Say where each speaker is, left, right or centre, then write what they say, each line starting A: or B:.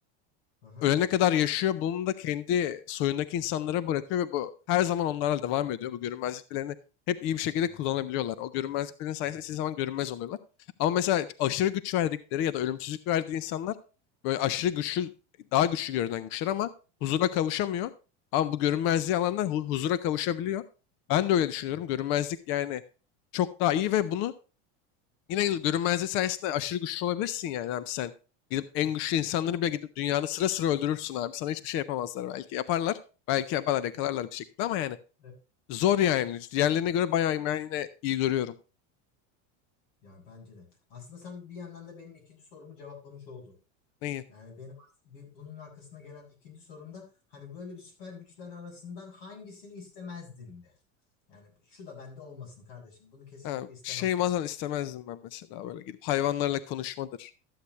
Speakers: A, on the left (about 85°); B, on the left (about 35°).
A: hı hı,
B: ölene kadar yaşıyor. Bunu da kendi soyundaki insanlara bırakıyor ve bu her zaman onlarla devam ediyor. Bu görünmezliklerini hep iyi bir şekilde
A: hı
B: kullanabiliyorlar.
A: hı,
B: O görünmezliklerin sayesinde
A: evet.
B: istediği zaman görünmez oluyorlar. Ama mesela aşırı güç verdikleri ya da ölümsüzlük verdiği insanlar böyle aşırı güçlü, daha güçlü görünen güçler ama huzura kavuşamıyor. Ama bu görünmezliği alanlar hu- huzura kavuşabiliyor. Ben de öyle düşünüyorum.
A: Evet.
B: Görünmezlik yani çok daha iyi ve bunu Yine görünmezlik sayesinde aşırı güçlü olabilirsin yani abi sen. Gidip en
A: Hı hı,
B: güçlü insanları bile gidip dünyanın sıra sıra öldürürsün abi. Sana hiçbir şey yapamazlar belki. Yaparlar. Belki yaparlar yakalarlar bir şekilde ama yani
A: evet.
B: zor yani. Diğerlerine göre bayağı ben yine iyi görüyorum.
A: Ya bence de. Aslında sen bir yandan da benim ikinci sorumu cevaplamış oldun.
B: Neyi?
A: Yani benim as- bir- bunun arkasına gelen ikinci sorumda hani böyle bir süper güçler arasından hangisini istemezdin de. Yani şu da bende olmasın kardeşim. Bunu kesinlikle
B: Ha,
A: istemem.
B: şey falan istemezdim ben mesela böyle gidip hayvanlarla konuşmadır.